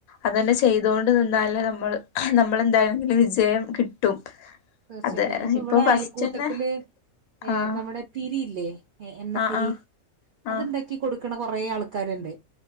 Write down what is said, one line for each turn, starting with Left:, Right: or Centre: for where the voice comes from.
Left: അതന്നെ ചെയ്തോണ്ട് നിന്നാല് നമ്മള് നമ്മളെന്തായാലും വിജയം കിട്ടും
Right: തീർച്ചയായിട്ടും
Left: അതെ
Right: ഇപ്പൊ ഇവിടെ അയൽക്കൂട്ടത്തില്
Left: ഫസ്റ്റ് തന്നെ ആഹ്
Right: നമ്മുടെ തിരിയില്ലേ എണ്ണത്തിരി
Left: ആഹ് ആഹ്
Right: അത്ണ്ടാക്കി
Left: ആഹ്
Right: കൊടുക്കണ കൊറെ ആൾക്കാരുണ്ട്